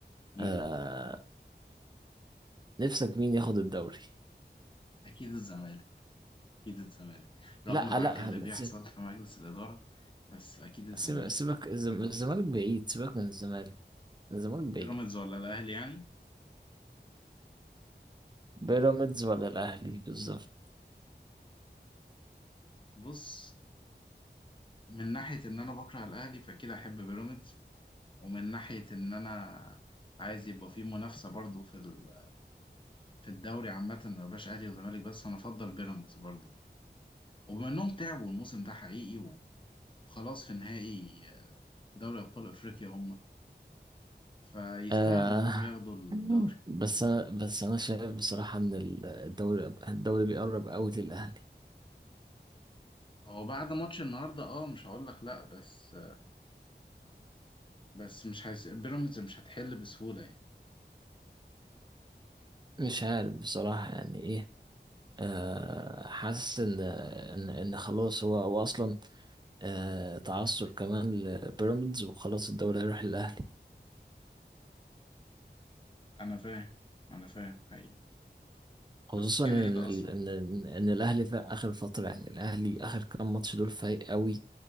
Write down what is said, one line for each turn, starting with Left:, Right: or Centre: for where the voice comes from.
Left: امم
Right: آه نفسك مين ياخد الدوري
Left: اكيد الزمالك اكيد الزمالك رغم
Right: لا
Left: العك
Right: لا
Left: اللي بيحصل
Right: س-
Left: في مجلس الإدارة بس اكيد الزمالك
Right: سيب- سيبك الزم- الزمالك بعيد سيبك من الزمالك الزمالك بعيد
Left: بيراميدز ولا الاهلي يعني
Right: بيراميدز ولا الاهلي بالظبط
Left: بص من ناحية ان انا بكره الاهلي فاكيد احب بيراميدز ومن ناحية ان انا عايز يبقى فيه منافسة برضو في ال في الدوري عامة ما بقاش أهلي وزمالك بس أنا أفضل بيراميدز برضه يعني وبما إنهم تعبوا الموسم ده حقيقي وخلاص في نهائي دوري أبطال أفريقيا هم فيستاهلوا
Right: آه
Left: إنهم ياخدوا الدوري
Right: بس انا بس انا شايف بصراحه ان ال- الدوري الدوري بيقرب قوي للاهلي
Left: هو بعد ماتش النهاردة أه مش هقول لك لأ بس بس مش هيس... بيراميدز مش هتحل بسهولة يعني
Right: مش عارف بصراحه يعني ايه آه حاسس ان ان ان خلاص هو هو اصلا آه تعثر كمان لبيراميدز وخلاص الدوري هيروح للاهلي
Left: أنا فاهم أنا فاهم حقيقي
Right: خصوصا
Left: بس كده
Right: ان
Left: كده
Right: ال-
Left: أصلا
Right: ان ان إن الاهلي في اخر فتره يعني الاهلي اخر كام ماتش دول فايق قوي